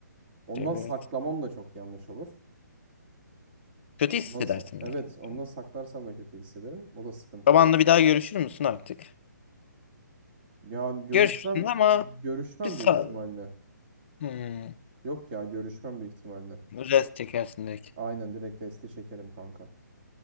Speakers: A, on the right; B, on the left.
A: Ondan
B: Evet.
A: saklamam da çok yanlış olur.
B: Kötü hissedersin
A: Ondan sa- evet
B: bir de. kendini.
A: ondan saklarsam da kötü hissederim. O da sıkıntı
B: Babanla
A: yani.
B: bir daha görüşür müsün artık?
A: Ya görüşmem
B: Görüşürsün ama
A: görüşmem
B: bir sağ...
A: büyük ihtimalle.
B: Hmm.
A: Yok ya görüşmem büyük ihtimalle.
B: Rest çekersin direkt.
A: Aynen direkt resti çekerim kanka.